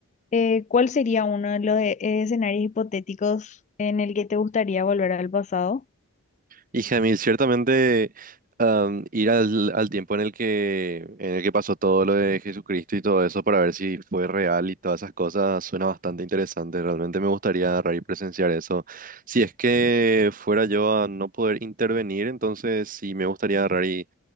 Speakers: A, on the left (about 30°); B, on the right (about 40°).
A: eh, cuál sería uno de los eh, escenarios hipotéticos en el que te gustaría volver al pasado?
B: Y Jamil, ciertamente am, ir al, al tiempo en el que, en el que pasó todo lo de Jesucristo y todo eso para ver si fue real y todas esas cosas suena bastante interesante. Realmente me gustaría agarrar y presenciar eso. Si es que fuera yo a no poder intervenir, entonces sí me gustaría agarrar y,